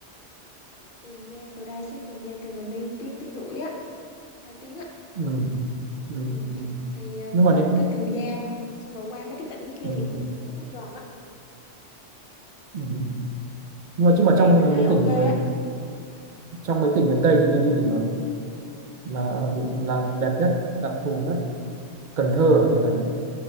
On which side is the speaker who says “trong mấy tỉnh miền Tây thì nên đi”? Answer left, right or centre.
Right